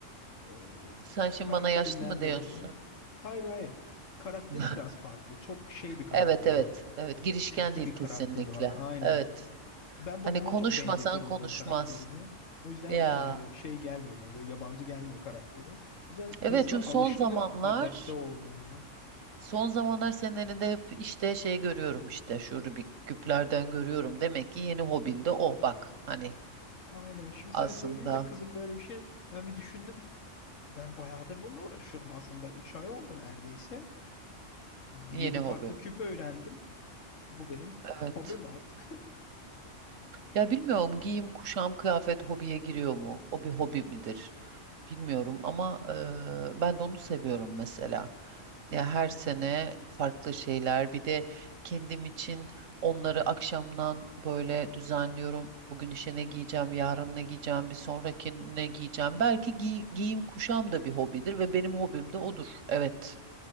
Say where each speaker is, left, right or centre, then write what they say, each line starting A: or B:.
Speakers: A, on the left; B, on the right.
A: e,
B: Sen şimdi
A: karakterinden
B: bana yaşlı mı diyorsun?
A: dolayı. Hayır hayır. Karakteri
B: <laughs>
A: biraz farklı. Çok şey bir karakteri
B: Evet evet.
A: var.
B: Evet girişken
A: Ciddi
B: değil
A: bir
B: kesinlikle.
A: karakteri var. Aynen.
B: Evet.
A: Ben
B: Hani
A: babama
B: konuşmasan
A: çok benzetiyorum
B: konuşmaz.
A: onun karakterini. O yüzden
B: Ya.
A: e, şey gelmiyor bana. Böyle yabancı gelmiyor karakteri. O yüzden
B: Evet
A: hızlı
B: çünkü
A: alıştım
B: son zamanlar
A: ve adapte oldum ona.
B: Son zamanlar senin elinde hep işte şey görüyorum işte şu Rubik küplerden görüyorum. Demek ki yeni hobin de o bak hani
A: Aynen. Şimdi
B: aslında
A: sen söyleyince kızım böyle bir şey. Ben bir düşündüm. Ben bayağıdır bununla uğraşıyorum aslında. üç ay oldu neredeyse.
B: yeni
A: yedi farklı
B: hobi.
A: küp öğrendim. Bu benim
B: Evet.
A: <laughs> hobim artık.
B: Ya bilmiyorum giyim, kuşam, kıyafet hobiye giriyor mu? O bir hobi midir? Bilmiyorum ama eee, ben de onu seviyorum mesela. Ya her sene farklı şeyler. Bir de kendim için onları akşamdan böyle düzenliyorum. Bugün işe ne giyeceğim, yarın ne giyeceğim, bir sonraki ne giyeceğim. Belki giy- giyim kuşam da bir hobidir ve benim hobim de odur. Evet.